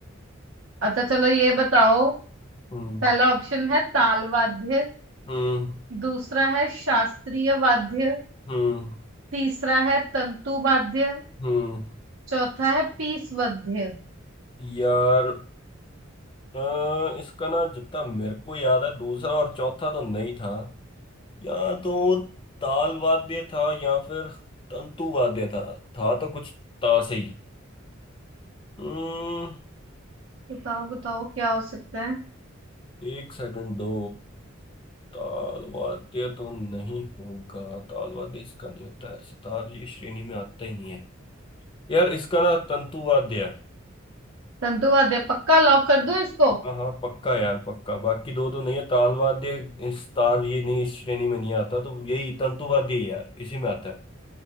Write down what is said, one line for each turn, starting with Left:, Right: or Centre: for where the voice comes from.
Right: अच्छा चलो ये बताओ
Left: हम्म
Right: पहला ऑप्शन है ताल वाद्य
Left: हम्म
Right: दूसरा है शास्त्रीय वाद्य
Left: हम्म
Right: तीसरा है तंतु वाद्य
Left: हम्म
Right: चौथा है पीस वाद्य
Left: यार अ, इसका ना जितना मेरे को याद है दूसरा और चौथा तो नहीं था या तो ताल वाद्य था या फिर तंतु वाद्य था था तो कुछ ता से ही हम्म
Right: बताओ बताओ क्या हो सकता है
Left: एक सेकंड दो ताल वाद्य तो नहीं होगा ताल वाद्य इसका नहीं होता है सितार ये श्रेणी में आता ही नहीं है यार इसका ना तंतु वाद्य है
Right: संतुवाद्य पक्का लॉक कर दूं इसको
Left: हाँ हाँ पक्का यार पक्का बाकी दो तो नहीं है ताल वाद्य इस तार ये नहीं इस श्रेणी में नहीं आता तो यही तंतु वाद्य ही है यार इसी में आता है